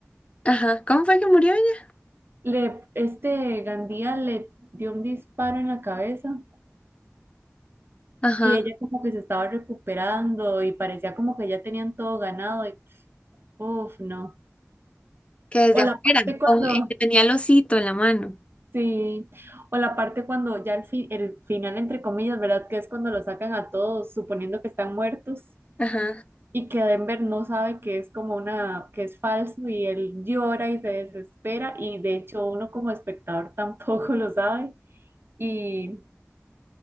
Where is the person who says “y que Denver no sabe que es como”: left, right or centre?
Right